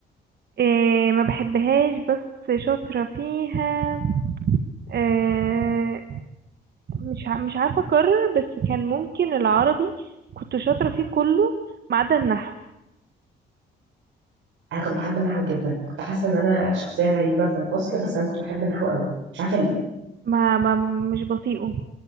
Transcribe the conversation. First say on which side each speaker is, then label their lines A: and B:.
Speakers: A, on the right (about 55°); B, on the right (about 80°).
A: إيه ما بحبهاش بس شاطرة فيها آه، مش ع- مش عارفة أكرر بس كان ممكن العربي كنت شاطرة فيه كله ما عدا النحو
B: انا كنت بحب النحو جدا كنت حاسه ان انا شخصيه غريبه في الفصل بس انا كنت بحب النحو قوي مش عارفه ليه
A: ما, ما مش بطيئه